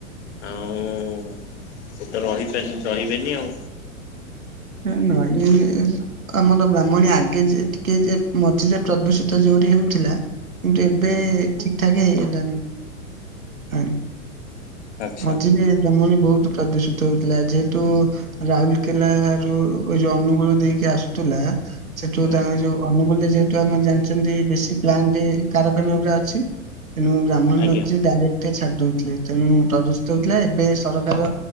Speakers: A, on the left (about 50°); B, on the right (about 75°).
A: ଆଉ ସେ ତ ରହିପା ରହିବେନି ଆଉ।
B: ହେ ନଈ ଆମର ବ୍ରାହ୍ମଣୀ ଆଗେ ଯେ ଟିକେ ଯେ ମଝିରେ ପ୍ରଦୂଷିତ ଯୋରି ହେଉଥିଲା। କିନ୍ତୁ ଏବେ
A: ହୁଁ।
B: ଠିକ୍ ଠାକ୍ ହେଇଗଲାଣି। ପାଣି।
A: ଆଚ୍ଛା
B: ମଝିରେ ବ୍ରାହ୍ମଣୀ ବୋହୁତ ପ୍ରଦୂଷିତ ହେଉଥିଲା ଯେହେତୁ ରାଉରକେଲରୁ ଯୋଉ ଅନୁଗୁଳ ଦେଇକି ଆସୁଥିଲା ସେଠୁ
A: ହୁଁ।
B: ତାଙ୍କ ଏ ଯୋଉ ଅନୁକୂଲ ଯେହେତୁ ଆମେ ଜାଣିଛନ୍ତି ବେଶୀ ପ୍ଲାଣ୍ଟ କାରଖାନା ଗୁଡା ଅଛି। ତେଣୁ ବ୍ରାହ୍ମଣ
A: ଆଜ୍ଞା
B: ନଚି ଡାଇରେକ୍ଟ ଛାଡିଦଉଥିଲେ ତେଣୁ ପ୍ରଦୂଷିତ ହେଉଥିଲା ଏବେ ସରକାର